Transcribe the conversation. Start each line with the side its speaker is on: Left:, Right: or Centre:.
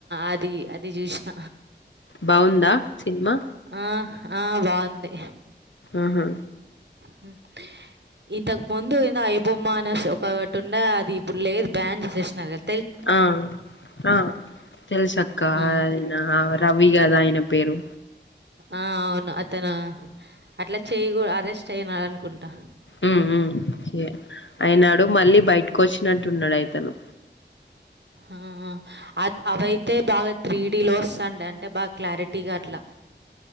Right: అది అది చూసిన
Left: బాగుందా సినిమా
Right: ఆ ఆ బాగుంది
Left: ఆహా
Right: హ ఇంతకు ముందు ఏందో ఐ బొమ్మ అనే ఒకటి ఉండే అది ఇప్పు లేది బ్యాన్ చేసేసినారు కదా
Left: ఆ ఆ తెలుసక్క
Right: ఆ!
Left: ఆయన రవి కదా ఆయన పేరు
Right: ఆ అవును అతను అట్లా చేయ అరెస్ట్ అయినడు అనుకుంటా
Left: ఉం ఉ అయినాడు మళ్ళీ
Right: హ్మ్.
Left: బయటకు వచ్చినట్టున్నాడు అయితను
Right: ఆ హ అ అవయితే బాగా త్రీ డీలో వస్తుండి అంటే బాగా క్లారిటీగా అట్లా